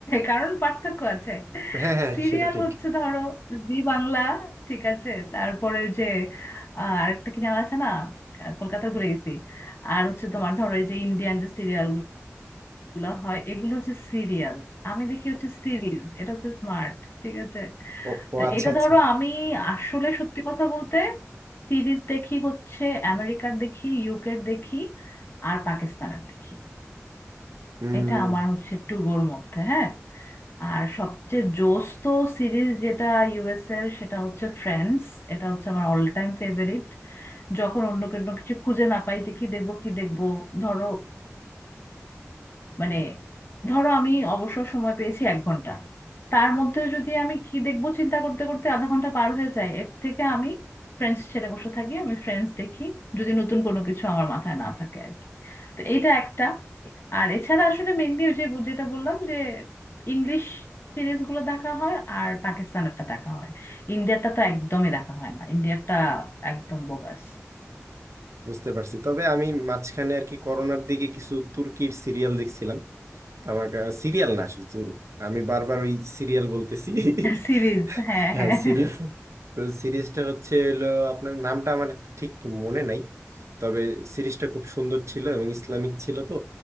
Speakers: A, on the left; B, on the right.
A: কারণ পার্থক্য আছে
B: হ্যাঁ হ্যাঁ
A: সিরিয়াল
B: সেটা ঠিক
A: হচ্ছে ধরো জি বাংলা ঠিক আছে তারপরে ওই যে আহ, আরেকটা কি জানা আছে না আহ, কলকাতার ভুলে গেছি আর হচ্ছে তোমার ধরো এই যে ইন্ডিয়ান যে সিরিয়াল গুলো হয় এগুলো হচ্ছে সিরিয়াল আমি দেখি হচ্ছে সিরিজ এটা হচ্ছে স্মার্ট ঠিক আছে
B: ও ও
A: তো
B: আচ্ছা
A: এটা
B: আচ্ছা
A: ধরো আমি আসলে সত্যি কথা বলতে সিরিজ দেখি হচ্ছে আমেরিকার দেখি ইউকের দেখি আর পাকিস্তানের দেখি
B: হুম
A: এটা আমার হচ্ছে একটু গোর মধ্যে হ্যাঁ আর সবচেয়ে জোস তো সিরিজ যেটা ইউএস এর সেটা হচ্ছে ফ্রেন্ডস এটা হচ্ছে আমার অল টাইম ফেভারিট যখন অন্য কোনো কিছু খুঁজে না পাই যে কি দেখবো কি দেখবো ধরো মানে ধরো আমি অবসর সময় পেয়েছি এক ঘন্টা তার মধ্যে যদি আমি কি দেখবো চিন্তা করতে করতে আধা ঘন্টা পার হয়ে যায় এর থেকে আমি ফ্রেন্ডস ছেড়ে বসে থাকি আমি ফ্রেন্ডস দেখি যদি নতুন কোনো কিছু আমার মাথায় না থাকে আর কি তো এটা একটা আর এছাড়া আসলে মেনলি ওই যে বু- যেটা বললাম যে ইংলিশ সিরিজ গুলো দেখা হয় আর পাকিস্তানেরটা দেখা হয় ইন্ডিয়াটা তো একদমই দেখা হয় না ইন্ডিয়াটা একদম বোগাস
B: বুঝতে পারছি তবে আমি মাঝখানে আর কি করোনার দিকে কিছু তুর্কির সিরিয়াল দেখছিলাম আমার সিরিয়াল না শুধু আমি বারবার ওই সিরিয়াল বলতেছি
A: সিরিজ
B: <laughs>
A: <laughs> হ্যাঁ
B: হ্যাঁ
A: হ্যাঁ
B: সিরিজ তো সিরিজটা হচ্ছে হলো আপনার নামটা আমার ঠিক মনে নাই তবে সিরিজটা খুব সুন্দর ছিল এবং ইসলামিক ছিল তো